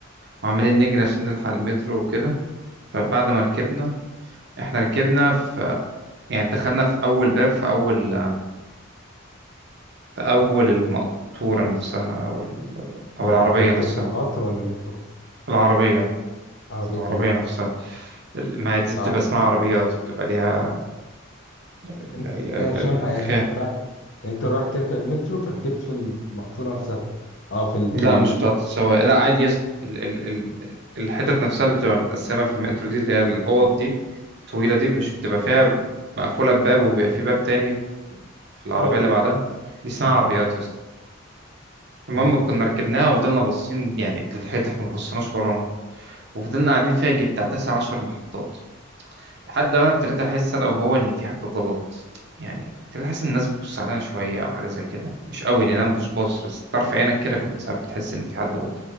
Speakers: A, on the right (about 55°); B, on the left (about 65°).
A: وعمالين نجري عشان نلحق المترو وكده فبعد ما ركبنا احنا ركبنا في يعني دخلنا في اول باب في اول في اول المقطورة نفسها او ال-
B: ده
A: او العربية
B: كنت بتركب
A: نفسها
B: قطر ولا مترو
A: العربية
B: عربيه
A: في العربية
B: ايه
A: نفسها ما هي دي
B: اه
A: بتبقى اسمها عربيات بتبقى ليها ال
B: انت
A: ال ال
B: آه، مش فاهم حاجه
A: الخان
B: انت كنت رايح يعني انت رايح تركب المترو فركبت في المقطوره نفسها او في ال...
A: لا
B: في ال...
A: مش بتاعة السواق لا عادي يس ال ال ال الحتت نفسها اللي بتبقى متقسمة في المترو دي اللي هي الأوض دي الطويلة دي مش بتبقى فيها مقفولة بباب وبيبقى في باب تاني في العربية
B: اه
A: اللي بعدها دي اسمها
B: اه
A: عربيات يس المهم
B: اه
A: كنا ركبناها وفضلنا باصين يعني للحيط احنا ما بصيناش ورانا وفضلنا قاعدين فيها يجي بتاع تسع عشر محطات لحد ما انا ابتديت احس انا وهو ان في حاجه غلط يعني ابتديت احس ان الناس بتبص علينا شويه او حاجه زي كده مش قوي لان انا ما كنتش باصص بس طرف عينك كده كنت ساعات بتحس ان في حد باصص